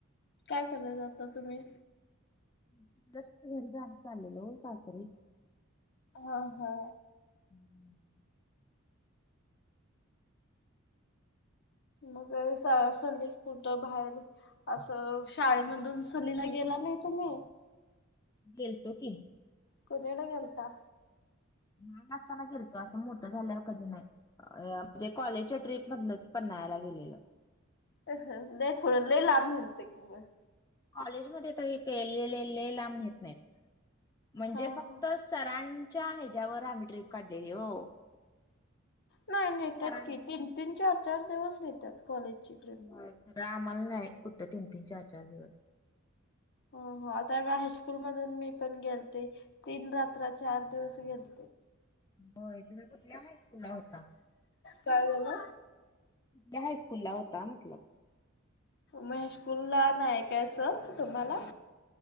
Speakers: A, on the left; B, on the left.
A: काय करालं जाता तुमी.
B: <unintelligible> घरी जाणं चाललेलो सासरे
A: हा हा.
B: <unintelligible>
A: मग <unintelligible> कुठं भायेर असं शाळेमधून सहलीला गेला नाय तुमी?
B: गेलतो की.
A: कुणीळं गेल्ता?
B: लहान असताना गेल्तो, असं मोठं झाल्यावर कधी नाय, अंए् म्हणजे कॉलेजच्या ट्रीप मधनच. पण्याळाला गेलेलो.
A: अ ह देखो लइ लांब घलते क म.
B: कॉलेज मध्ये त हे केलेले लय लांब नेत न्हायत म्हणजे
A: हा
B: फक्त
A: हा
B: सरांच्या ह्याच्यावर आम्ही ट्रीप काढलेली हो.
A: नाय नेत्यात
B: सरांनी
A: की तीन तीन चार चार दिवस नेत्यात कॉलेजची ट्री्
B: होय खरं आमाला नाय कुठ तीन तीन चार चार दिवस.
A: हो हो आता हायस्कूल मधून मी पण गेल्ते तीन रात्रा चार दिवस गेल्
B: होय तुम्ही कुठल्या हायस्कूल ला होता?
A: काय झालं?
B: त्या हायस्कूल ला होता म्हटलं.
A: महेशकूल्ला नाये का असं तुम्हाला?